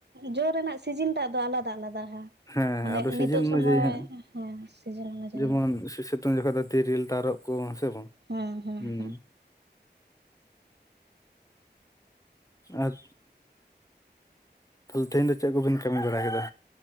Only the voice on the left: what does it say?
ᱦᱮᱸ
ᱟᱫᱚ ᱥᱤᱡᱤᱱ
ᱚᱱᱩᱡᱟᱭᱤ
ᱦᱟᱸᱜ
ᱡᱮᱢᱚᱱ
ᱥᱤᱛᱩᱝ ᱡᱚᱠᱷᱚᱱ ᱫᱚ ᱛᱤᱨᱤᱞ ᱛᱟᱨᱚᱵ ᱠᱚ ᱦᱮᱸ ᱥᱮ ᱵᱟᱝ?
ᱦᱩᱸ
᱾ ᱟᱨ ᱛᱟᱦᱞᱮ ᱛᱮᱦᱮᱧ ᱫᱚ ᱪᱮᱫ ᱠᱚᱵᱤᱱ ᱠᱟᱹᱢᱤ ᱵᱟᱲᱟ ᱠᱮᱫᱟ?